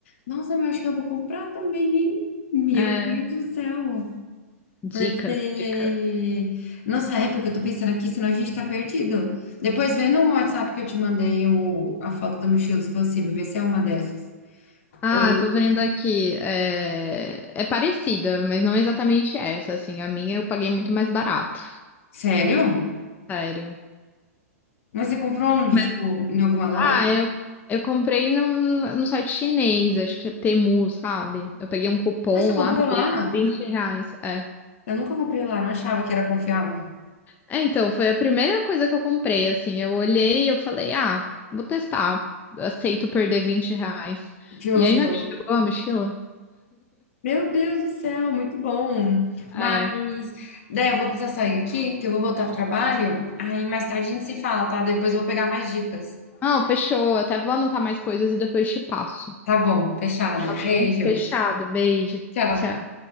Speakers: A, on the left; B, on the left.
A: Nossa, meu, acho que eu vou comprar também, hein? Meu
B: É,
A: Deus do céu.
B: dicas,
A: Porque,
B: dicas.
A: nossa época, eu tô pensando aqui, senão a gente tá perdido. Depois vê no WhatsApp que eu te mandei o, a foto da mochila expansível, vê se é uma dessas.
B: Ah,
A: Ou,
B: tô vendo aqui. É, é parecida, mas não é exatamente essa, assim. A minha eu paguei muito mais barato,
A: sério?
B: sério.
A: Mas você comprou onde?
B: Mas,
A: Tipo, em alguma loja?
B: ah, eu, eu comprei num, num site chinês, acho que é Temu, sabe? Eu peguei um cupom
A: Ah, você comprou
B: lá, paguei
A: lá?
B: 20 reais. é.
A: Eu nunca comprei lá, não achava que era confiável.
B: É, então, foi a primeira coisa que eu comprei, assim. Eu olhei e eu falei, ah, vou testar. Aceito perder 20 reais.
A: Justo.
B: E aí, na que chegou a mochila?
A: Meu Deus do céu, muito bom.
B: É.
A: Mas, Dé, eu vou precisar sair aqui, que eu vou voltar pro trabalho. Aí mais tarde a gente se fala, tá? Depois eu vou pegar mais dicas.
B: Não, fechou. Até vou anotar mais coisas e depois te passo.
A: Tá bom, fechado.
B: Tá
A: Beijo.
B: bom? Fechado. Beijo.
A: Tchau.
B: Tchau.